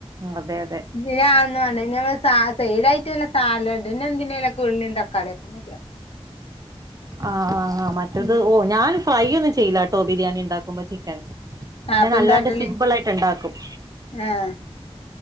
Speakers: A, on the right; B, on the left.
A: അതെ
B: <unintelligible>
A: അതെ
B: <unintelligible> സൈഡായിട്ട്ല്ല സാലഡ് പിന്നെന്തിനേലുക്കെ ഉള്ളി തക്കാളിയൊക്കെ മതിയാവു-
A: ആഹ് ആഹ് ആഹ് മറ്റത്
B: ഉം
A: ഓ ഞാൻ ഫ്രൈ ഒന്നും ചെയ്ല്ല ട്ടോ ബിരിയാണി ഉണ്ടാക്കുമ്പോ ചിക്കൻ -
B: ആഹ്
A: ഞാൻ
B: അപ്പൊ
A: അല്ലാണ്ട്
B: എന്താട്ടല്
A: സിപിൾ ആയിട്ട് ഉണ്ടാക്കും-
B: ആഹ്